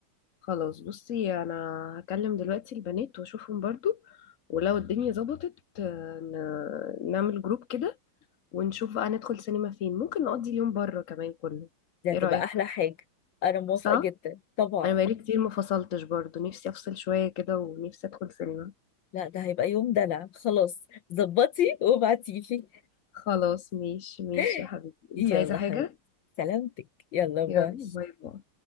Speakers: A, on the left; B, on the left.
A: خلاص بصي انا هكلم دلوقتي البنات واشوفهم برضو ولو الدنيا ظبطت آه، ن- نعمل جروب كده ونشوف بقى ندخل سينما فين ممكن نقضي اليوم بره كمان كله
B: دي
A: ايه
B: هتبقى
A: رأيك
B: احلى حاجه انا موافقه
A: صح
B: جدا طبعا
A: انا بقالي كتير ما فصلتش برضو نفسي افصل شوية كده ونفسي ادخل سينما
B: لا ده هيبقى يوم دلع خلاص ظبطي وابعتيلي
A: خلاص ماشي ماشي
B: <laughs>
A: يا حبيبي
B: يلا
A: انت عايزة حاجة
B: حبيبي سلامتك يلا باي
A: يلا باي باي